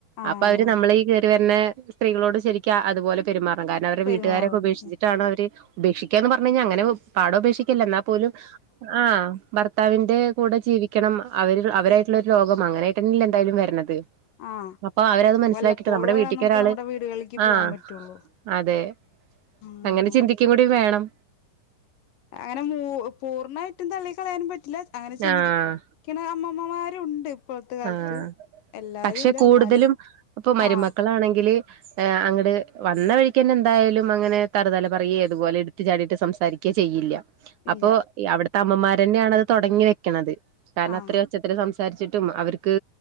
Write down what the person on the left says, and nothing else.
ആഹ്
പെരുമാറുന്നു
ആഹ്
വല്ലപ്പോഴും
നമുക്ക്
നമ്മുടെ വീടുകളിലേക്ക് പോകാൻ
പറ്റുള്ളൂ
ആഹ്
അങ്ങനെ മൂ പൂർണ്ണായിട്ടും തള്ളി കളയാനും പറ്റില്ല അങ്ങനെ ചിന്തിക്ക
ക്കിണ അമ്മമ്മമാരുണ്ട് ഇപ്പോഴത്തെ കാലത്ത്
എല്ലാരും
ഇല്ല
എന്നാലും
ആഹ്
ഇല്ല
ആഹ്